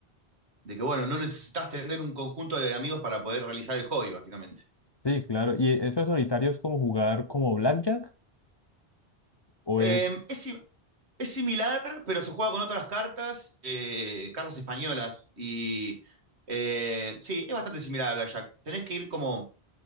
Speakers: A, on the right; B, on the left.
A: de que bueno, no necesitas tener un conjunto de amigos para poder realizar el hobby, básicamente.
B: Sí, claro. ¿Y eso de solitario es como jugar como blackjack? o
A: Eh, es, Es similar, pero se juega con otras cartas, eh, cartas españolas. Y eh, sí, es bastante similar al Blackjack. Tenés que ir como